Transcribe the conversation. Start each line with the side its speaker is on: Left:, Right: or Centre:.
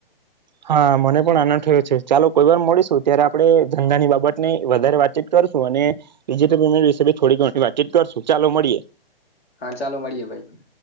Right: હા મને પણ આનંદ થયો છે ચાલો કોઈ વાર મળીશું ત્યારે આપણે ધંધાની બાબત ને વધારે વાતચીત કરશું અને ડિજટલ પેમેન્ટ વિશે થોડી ઘણી વાતચીત કરશું ચાલો મળીએ.
Left: હા ચાલો મળીએે ભાઈ.